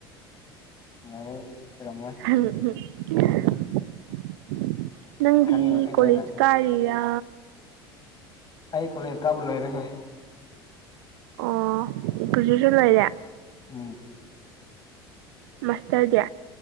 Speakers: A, on the left (about 35°); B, on the right (about 70°).
A: ꯌꯥꯔꯦ ꯑꯣꯏꯔꯝꯃꯣꯏ
B: ꯎꯝ ꯎ <unintelligible> ꯅꯪꯗꯤ
A: ꯈꯪꯉꯦ ꯑꯩ
B: ꯀꯣꯂꯦꯖ
A: ꯂꯣꯏꯅ
B: ꯀꯥꯔꯤꯔꯥ?
A: ꯑꯩ ꯀꯣꯂꯦꯖ ꯀꯥꯕ ꯂꯣꯏꯔꯦ ꯍꯣꯏ꯫
B: ꯑꯣ ꯒ꯭ꯔꯥꯗꯨꯁꯟ ꯂꯣꯏꯔꯦ꯫
A: ꯎꯝ
B: ꯃꯥꯁꯇꯔꯗꯤ